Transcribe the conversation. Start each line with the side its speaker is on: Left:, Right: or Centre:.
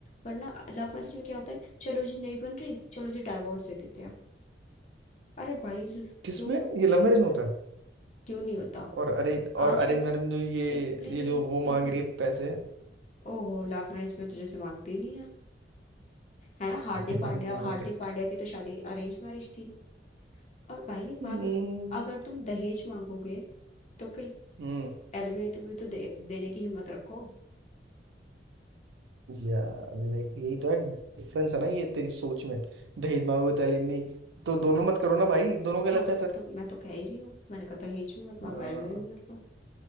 Left: वरना लव मैरिज में क्या होता है चलो जी नहीं बन रही चलो जी डाइवोर्स दे देते हैं अरे भाई
Right: किसमें
Left: लोग
Right: ये लव मैरिज में होता है
Left: क्यों नहीं होता
Right: और अरेंज और
Left: आज
Right: अरेंज
Left: कल के-
Right: मैरिज में जो ये
Left: एक नहीं नहीं
Right: ये जो वो मांग
Left: एक बात
Right: रही है पैसे
Left: ओहो लव मैरिज में तुझे से मांगते ही नहीं है है ना हार्दिक
Right: <laughs>
Left: पांड्या
Right: मांगते
Left: हार्दिक पांड्या की तो शादी अरेंज मैरिज थी और भाई एक बात
Right: हम्म
Left: बता अगर तुम दहेज मांगोगे तो फिर
Right: हम्म,
Left: एलिमनी तो भी तो दे, देने की हिम्मत रखो
Right: यार ये देख यही तो है डिफरेंस है ना ये तेरी सोच में दहेज मांगोगे तो alimony- तो दोनों मत करो ना भाई दोनों गलत
Left: हाँ तो,
Right: है फिर
Left: तो मैं तो कह ही रही हूँ मैंने कहा दहेज भी मत मांगो
Right: अ,
Left: एलिमनी भी मत लो